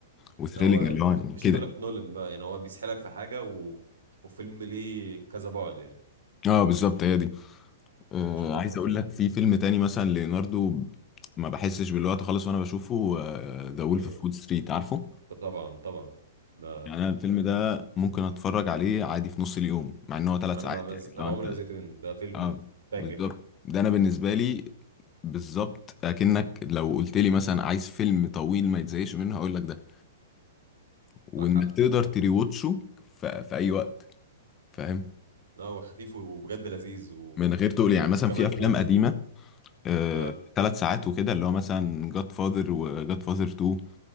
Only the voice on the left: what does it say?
وثريلينج
اللي هو يعني
كده
اه بالظبط هي دي آه،
عايز
اقول لك في فيلم تاني مثلا ليوناردو ما بحسش بالوقت خالص وانا بشوفه ذا وولف
اوف وول ستريت عارفه
يعني انا الفيلم ده ممكن اتفرج عليه عادي في نص اليوم مع ان هو ثلاث
ساعات
يعني
لو انت
اه
بالظبط ده انا بالنسبه لي بالظبط اكنك لو قلت لي مثلا عايز فيلم طويل ما يتزهقش منه هقول لك ده وانك
تقدر
تريوتشه في, في اي وقت فاهم
من غير تقول يعني
مثلا في افلام
قديمه ثلاث آه،
تلات ساعات وكده اللي هو مثلا جاد فاذر وجاد فاذر 2